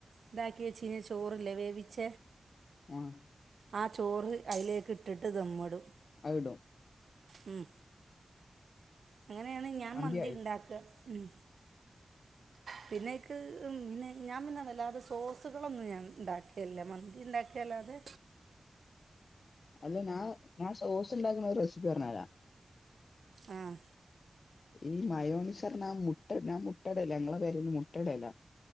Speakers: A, on the right; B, on the left.
A: ഇതാക്കി വെച്ചീന ചോറ്ല്ലെ വേവിച്ച.
B: ആഹ്.
A: ആ ചോറ് അയിലേക്ക് ഇട്ടിട്ട് ദമ്മ്ടും.
B: അത്ടും.
A: ഉം. അങ്ങനേണ് ഞാൻ
B: മന്തിയായി
A: മന്തിണ്ടാക്കാ ഉം.
B: <inaudible>
A: പിന്നയിക്ക് പിന്നെ ഞാൻ പിന്നെ വല്ലാതെ സോസുകളൊന്നും ഞാൻ ഇണ്ടാക്കലില്ല മന്തി ഇണ്ടാക്കി. എല്ലാതെ.
B: അല്ല ഞാൻ, ഞാൻ സോസ് ഇണ്ടാക്ക്ണ ഒര് റെസിപ്പി പറഞ്ഞരാ.
A: ആഹ്.
B: ഈ മയോനിസർണാ മുട്ട ഞാ മുട്ടടലാ ഇങ്ങളെ പെരേല് മുട്ടടലാ.